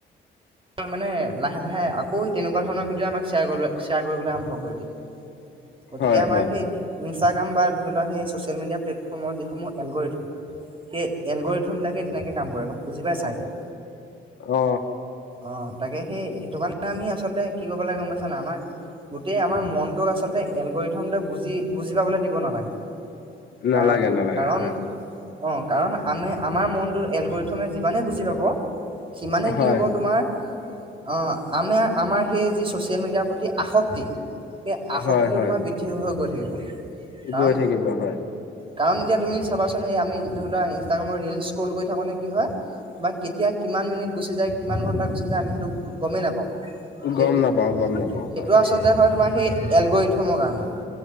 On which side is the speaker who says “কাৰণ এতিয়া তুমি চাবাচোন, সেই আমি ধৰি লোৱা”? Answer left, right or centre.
Right